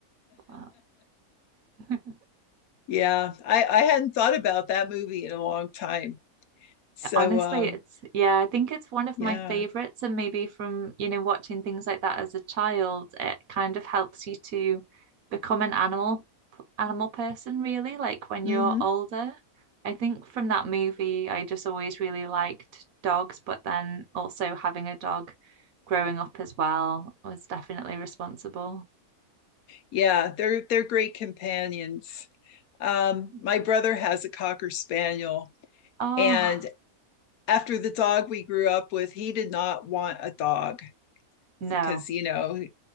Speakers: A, on the right; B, on the left.
A: Wow. <laughs>
B: Yeah. I, I hadn't thought about that movie in a long time. So,
A: Honestly,
B: um,
A: it's yeah, I think it's one of
B: yeah.
A: my favorites, and maybe from you know watching things like that as a child, it kind of helps you to become an animal animal person, really, like when
B: hmm
A: you're older. I think from that movie, I just always really liked dogs, but then also having a dog growing up as well was definitely responsible.
B: Yeah. They're, they're great companions. Um,
A: No.
B: my brother has a Cocker Spaniel,
A: Oh,
B: and after the dog we grew up with, he did not want a dog
A: no.
B: because, you know,